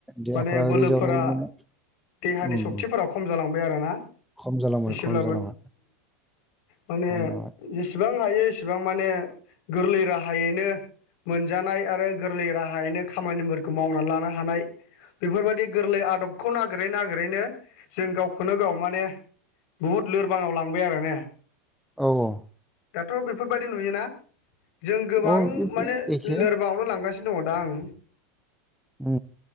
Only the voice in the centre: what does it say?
देहाफ्रा
ओरै जाबाय माने
उम
खम जालांबाय
खम जालांबाय
खम जाबाय
औ औ।
औ बे
एखे
औ।